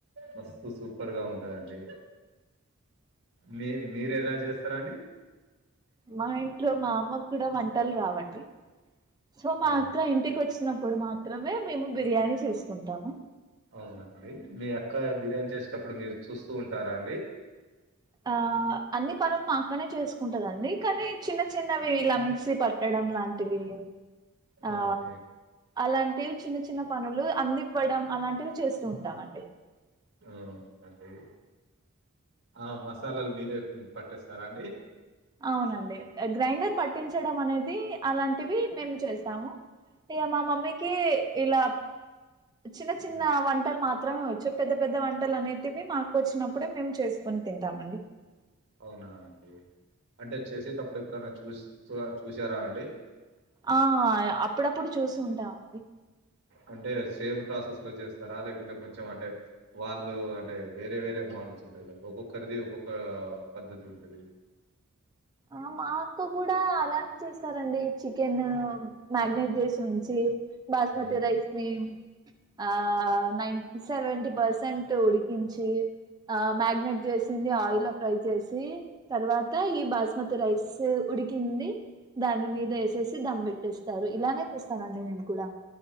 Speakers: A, on the right; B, on the right.
A: మస్తు సూపర్గా ఉంటుందండి మీ మీరు ఎలా చేస్తారాండి
B: మా ఇంట్లో మా అమ్మకు కూడా వంటలు రావండి సో మా
A: ఓకే
B: అక్క ఇంటికి వచ్చినప్పుడు మాత్రమే మేము బిర్యానీ చేసుం కుంటాము
A: అవునండి మీ అక్క బిర్యానీ చేసేటప్పుడు మీరు చూస్తూ ఉంటారా అండి
B: ఆ అన్ని పనులు మా అక్కనే చసుకుంటదండి కానీ చిన్న చిన్నవి ఇలా మీ పట్టడం లా వి ఆ
A: ఓకే
B: అలాంటివి చిన్న చిన్న పనులు అందివ్వడం అలాంటివి చేస్తూ ఉంటామండి
A: అవునండి ఆ మసాలాలు మీరే పట్టేస్తారా అండి
B: అవునండి గ్రైండర్ పట్టించడం అనేది అలాంటివి మేము చేస్తాము ఇక మా మమ్మీకి ఇలా చిన్న చిన్న
A: హ్మ్.
B: వంటర్ మాత్ర మాత్రమే వచ్చు పెద్ద పెద్ద వంటలు అనేటివి మాకు వచ్చినప్పుడే మేము చేసుకుొని తింటామండి
A: అవునా అండి అంటే చేసేటప్పుడు ఎప్పుడైనా చూసి చ చూ చూసారా అండి
B: ఆ అప్పుడప్పుడు చూసి ఉంటామండి
A: అంటే సేమ్ ప్రాసెస్ లో చేస్తారా లేకుంటే కొంచెం అంటే వాళ్ళు అంటే వేరే వేరే మోడల్స్ ఉంటాయి కదా ఒక్కొక్కరిది ఒక్కొక్క పద్ధతి ఉంటుంది
B: ఆ మా అక్క కూడా అలానే చేస్తారండి చికెన్ మ్యారినేట్ చేసి ఉంచి బాస్మతి
A: ఆ
B: రాైస్ ని ఆ నైన్ సెవెంటీ పర్సెంట్ ఉడికించి ఆ మ్యాగ్నేట్ జ్యూస్ ఆయిల్ ఫ్రై చేసి తర్వాత ఈ బా బస్మతి రైస్ ఉడికింది దాని మీద వేసేసి దమ్ పెట్టేస్తారు ఇలానే చేస్తానండి నేను కూడా